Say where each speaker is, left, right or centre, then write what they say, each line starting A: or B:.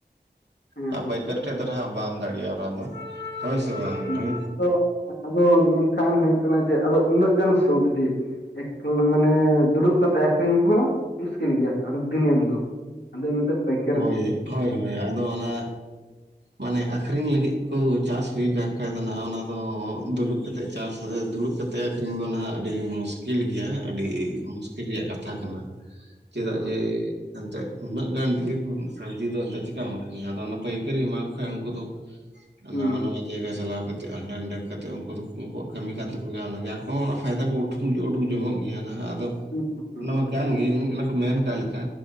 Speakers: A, on the left (about 80°); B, on the right (about 75°).
A: ᱦᱮᱸ
B: ᱟᱨ ᱯᱟᱹᱭᱠᱟᱹᱨᱤ ᱴᱷᱮᱡ ᱫᱚᱼᱼ ᱦᱟᱸᱜ ᱵᱟᱢ ᱫᱟᱲᱮᱭᱟᱜᱼᱟ ᱚᱱᱟ ᱫᱚ᱾ ᱦᱳᱭ ᱥᱮ ᱵᱟᱝ?
A: ᱦᱩ
B: ᱦᱳᱭ
A: ᱟᱫᱚ ᱟᱫᱚ ᱢᱮᱱᱠᱷᱟᱱ ᱦᱩᱭᱩᱜ ᱠᱟᱱᱟ ᱡᱮ ᱟᱫᱚ ᱩᱱᱟᱹᱜ ᱜᱟᱱ ᱥᱚᱵᱡᱤᱼᱼ ᱮᱠ ᱠᱟᱞ ᱢᱟᱱᱮ ᱫᱩᱲᱩᱵ ᱠᱟᱛᱮᱜ ᱟᱠᱷᱨᱤᱧ ᱦᱚᱸ ᱢᱩᱥᱠᱤᱞ ᱜᱮᱭᱟ ᱟᱨ ᱫᱤᱱᱟᱹᱢ ᱫᱚ᱾ ᱟᱫᱚ ᱤᱱᱟᱹᱜ ᱛᱮ ᱯᱟᱹᱭᱠᱼᱼ
B: ᱦᱳᱭ ᱦᱚᱭ ᱦᱚᱭ ᱟᱫᱚ ᱚᱱᱟ ᱢᱟᱱᱮ ᱟᱠᱷᱨᱤᱧ ᱞᱟᱹᱜᱤᱫ ᱠᱩ ᱪᱟᱥ ᱦᱩᱭ ᱠᱟᱱ ᱠᱷᱟᱡ ᱫᱚ ᱱᱟᱦᱟᱜ ᱚᱱᱟᱼᱼ ᱟᱫᱚ ᱫᱩᱲᱩᱵ ᱠᱟᱛᱮᱫ ᱪᱟᱥ ᱫᱩᱲᱩᱵ ᱠᱟᱛᱮᱜ ᱟᱠᱷᱨᱤᱧ ᱫᱚ ᱱᱟᱦᱟᱜ ᱟᱹᱰᱤ ᱢᱩᱥᱠᱤᱞ ᱜᱮᱭᱟ᱾ ᱟᱹᱰᱤ ᱢᱩᱥᱠᱤᱞ ᱨᱮᱭᱟᱜ ᱠᱟᱛᱷᱟ ᱠᱟᱱᱟ ᱪᱮᱫᱟᱜ
A: ᱦᱩᱸ
B: ᱡᱮ ᱮᱱᱛᱮᱫ ᱩᱱᱟᱹᱜ ᱜᱟᱱ ᱵᱷᱤᱲ ᱥᱚᱵᱽᱡᱤ ᱫᱚ ᱮᱱᱛᱮᱜ ᱪᱤᱠᱟᱢ ᱟᱹᱠᱷᱨᱤᱧᱟ ᱟᱫᱚ ᱚᱱᱟ ᱯᱟᱹᱭᱠᱟᱹᱨᱤ ᱮᱢᱟᱣ ᱠᱚ ᱠᱷᱟᱡ ᱩᱱᱠᱩ ᱫᱚ
A: ᱦᱩᱸ
B: ᱱᱟᱣᱟ ᱱᱟᱣᱟᱼᱼ ᱡᱟᱭᱜᱟ ᱪᱟᱞᱟᱣ ᱠᱟᱛᱮ ᱦᱟᱸᱰᱮ ᱱᱟᱸᱰᱮ ᱠᱟᱛᱮᱫ ᱩᱱᱠᱩ ᱫᱚ ᱩᱱᱠᱩᱭᱟᱜ ᱠᱟᱹᱢᱤ ᱠᱟᱱ ᱛᱟᱠᱚ ᱜᱮᱭᱟ ᱚᱱᱟᱜᱮ ᱟᱠᱚ ᱦᱚᱸ ᱚᱱᱟ ᱯᱷᱟᱭᱫᱟ ᱠᱚ ᱩᱴᱷᱟᱹ ᱛᱩᱡ ᱩᱰᱩᱠ ᱡᱚᱝᱚᱜ ᱜᱮᱭᱟ ᱱᱟᱦᱟᱜ ᱟᱫᱚᱼᱼ
A: <inaudible>
B: ᱠᱟᱱ ᱜᱤᱭᱟᱹᱧ ᱚᱱᱟ ᱠᱚ ᱢᱮᱱ ᱟᱠᱟᱜ ᱞᱮᱠᱟ